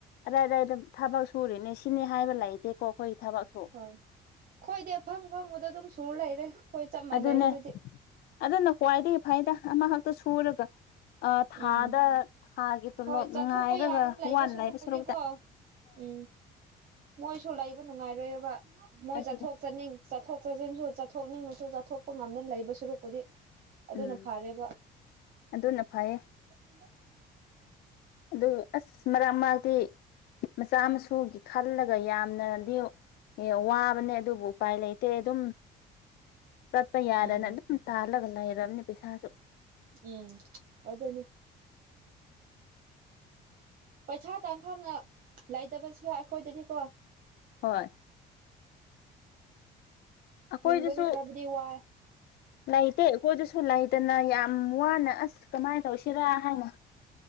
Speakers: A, on the left (about 70°); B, on the right (about 55°).
A: ꯑꯗꯩ ꯑꯗꯩ ꯑꯗꯨꯝ ꯊꯕꯛ ꯁꯨꯔꯤꯅꯦ ꯁꯤꯅꯤ ꯍꯥꯏꯕ ꯂꯩꯇꯦꯀꯣ ꯑꯩꯈꯣꯏꯒꯤ ꯊꯕꯛꯁꯨ
B: ꯍꯣꯏ ꯈꯣꯏꯗꯤ ꯑꯐꯪ ꯐꯪꯕꯗ ꯑꯗꯨꯝ ꯁꯨꯔ ꯂꯩꯔꯦ ꯆꯞ ꯃꯥꯟꯅꯩ
A: ꯑꯗꯨꯅꯦ
B: ꯑꯗꯨꯗꯤ
A: ꯑꯗꯨꯅ ꯈ꯭ꯋꯥꯏꯗꯒꯤ ꯐꯥꯏꯗ ꯑꯃꯈꯛꯇ ꯁꯨꯔꯒ ꯊꯥꯗ
B: ꯎꯝ
A: ꯊꯥꯒꯤ ꯇꯣꯂꯣꯞ
B: ꯍꯣꯏ ꯆꯠꯊꯣꯛꯄ
A: ꯉꯥꯏꯔꯒ
B: ꯌꯥꯗꯅ ꯂꯩꯕ
A: ꯋꯥ ꯋꯥꯟ
B: ꯁꯔꯨꯛꯄꯨꯗꯤꯀꯣ
A: ꯂꯥꯏꯕ ꯁꯂꯨꯕꯨꯗ
B: ꯎꯝ ꯃꯣꯏꯁꯨ ꯂꯩꯕ ꯅꯨꯡꯉꯥꯏꯔꯣꯏꯑꯕ ꯃꯣꯏ
A: ꯑꯗꯨꯅꯦ
B: ꯆꯠꯊꯣꯛ ꯆꯠꯅꯤꯡ ꯆꯠꯊꯣꯛ ꯆꯠꯁꯤꯟꯁꯨ ꯆꯠꯊꯣꯛꯅꯤꯡꯉꯁꯨ ꯆꯠꯊꯣꯛꯄ ꯉꯝꯗꯅ ꯂꯩꯕ ꯁꯨꯔꯨꯛꯄꯨꯗꯤ ꯑꯗꯨꯅ
A: ꯎꯝ
B: ꯐꯔꯦꯕ
A: ꯑꯗꯨꯅ ꯐꯩꯌꯦ
B: <unintelligible> <inaudible>
A: ꯑꯗꯨ ꯑꯁ ꯃꯔꯛ ꯃꯔꯛꯇꯤ ꯃꯆꯥ ꯃꯁꯨꯒꯤ ꯈꯜꯂꯒ ꯌꯥꯝꯅꯗꯤ ꯑꯦ ꯋꯥꯕꯅꯦ ꯑꯗꯨꯕꯨ ꯎꯄꯥꯏ ꯂꯩꯇꯦ ꯑꯗꯨꯝ
B: <inaudible>
A: ꯆꯠꯄ ꯌꯥꯗꯅ
B: ꯎꯝ
A: ꯑꯗꯨꯝ ꯇꯥꯜꯂꯒ ꯂꯩꯔꯕꯅꯦ ꯄꯩꯁꯥꯁꯨ
B: ꯎꯝ ꯑꯗꯨꯗꯅꯦ ꯄꯩꯁꯥ ꯇꯥꯟꯐꯝꯅ ꯂꯩꯇꯕꯕꯁꯤꯒ ꯑꯩꯈꯣꯏꯗꯗꯤꯀꯣ
A: ꯍꯣꯏ ꯑꯩꯈꯣꯏꯗꯁꯨ
B: ꯍꯤꯡꯕꯗꯤ ꯈꯔꯕꯨꯗꯤ ꯋꯥꯏ
A: ꯂꯩꯇꯦ ꯑꯩꯈꯣꯏꯗꯨꯁꯨ ꯂꯩꯗꯅ ꯌꯥꯝ ꯋꯥꯅ ꯑꯁ ꯀꯃꯥꯏꯅ ꯇꯧꯁꯤꯔꯥ ꯍꯥꯏꯅ